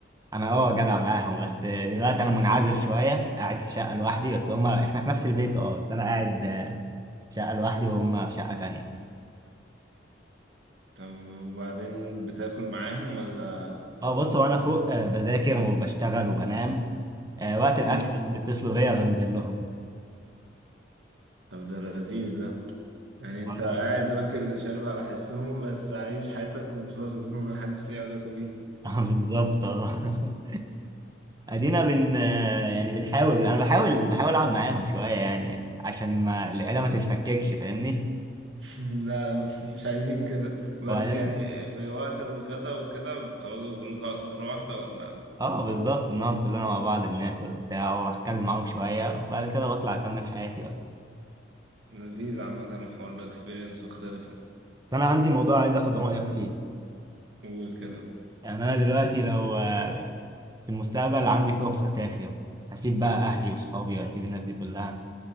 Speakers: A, on the right; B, on the right.
A: انا اه جدع معاهم بس آه، دلوقتي انا منعزل شوية قاعد في شقة لوحدي بس هم احنا في نفس البيت اه بس انا قاعد آه، في شقة لوحدي وهم في شقة تانية
B: طب وبعدين بتاكل معاهم ولا
A: اه بص وانا فوق آه، بذاكر وبشتغل وبنام آه، وقت الاكل
B: مم.
A: بس بيتصلوا بيا بنزل لهم
B: طب ده لذيذ ده يعني انت
A: <laughs>
B: قاعد واكل شارب على حسهم بس عايش حياتك منفصل <laughs> محدش ليه علاقة بيك
A: آه، بالظبط اه <laughs> ادينا بن آه، يعني بنحاول انا بحاول بحاول اقعد معاهم شويه يعني عشان ما العيله ما تتفككش فاهمني
B: <laughs> لا مش مش عايزين كده بس
A: وبعدين
B: يعني في وقت الغدا وكده بتقعدوا كلكم على سفرة واحدة ولا
A: اه بالظبط بنقعد كلنا مع بعض بناكل وبتاع وبتكلم معاهم شويه وبعد كده بطلع اكمل حياتي بقى
B: لذيذ عامة الحوار ده اكسبيرينس مختلفة
A: بس انا عندي موضوع عايز اخد رايك فيه
B: قول كده
A: يعني انا دلوقتي لو آه، في المستقبل عندي فرصه اسافر هسيب بقى اهلي وصحابي وهسيب الناس دي كلها